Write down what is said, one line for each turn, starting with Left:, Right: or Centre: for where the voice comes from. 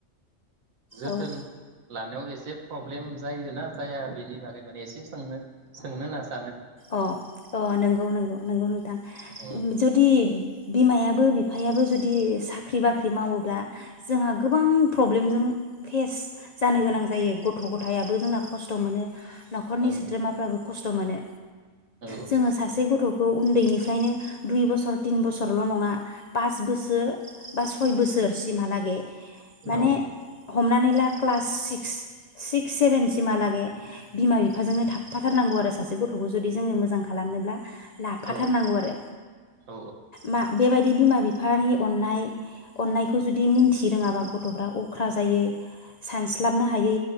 Right: जोथोन
Left: औ
Right: लानायाव एस एसे प्रब्लेम जायोना? जाया बेनि बागै माने एसे सोंनो, सोंनो होनासो
Left: अ अ नंगौ नंगौ नंगौ नोंथां
Right: औ
Left: जुदि, बिमायाबो बिफायाबो जुदि साख्रि बाख्रि मावोब्ला जोंहा गोबां प्रब्लेमजों फेस जानो गोनां जायो गथ' गथायाबो जोंना खस्थ' मोनो न'खरनि
Right: औ
Left: सोद्रोमाफ्राबो खस्थ' मोनो,
Right: औ
Left: जोङो सासे गथ' उन्दैनिफ्रायनो दुइ बोसोर तिन बोसोरल' नङा पास बोसोर बा सय बोसोर, सोर सिमहालागै माने
Right: औ
Left: हमनानै ला, क्लास सिक्स सिक्स सेभेन सिमा लागे, बिमा बिफाजोंनो थाफा, सासे गथ गथ'खौ जुदि जोङो मोजां खालामनोब्ला लाफाथारनांगौ
Right: औ
Left: आरो
Right: औ
Left: मा बेबायदि, जुदि बिमा बिफानि अननाय अननायखौ जुदि मिन्थि रोङाबा गथ'फ्रा अख्रा जायो सानस्लाबनो हायै